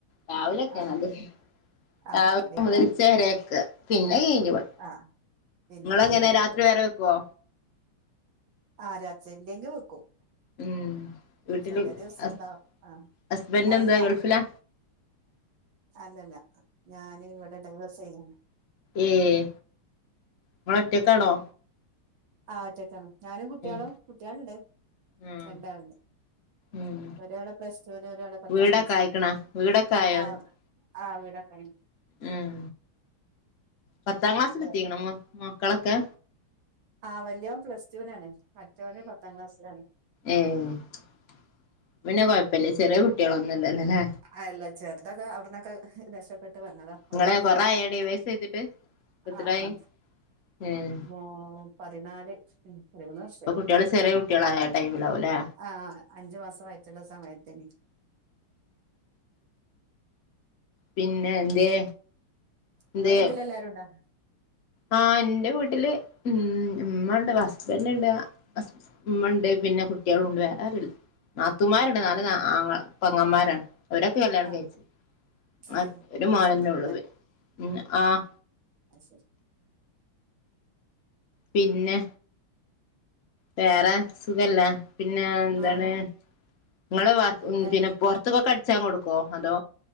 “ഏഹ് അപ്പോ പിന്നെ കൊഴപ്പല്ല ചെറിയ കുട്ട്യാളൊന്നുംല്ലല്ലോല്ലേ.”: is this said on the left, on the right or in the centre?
Left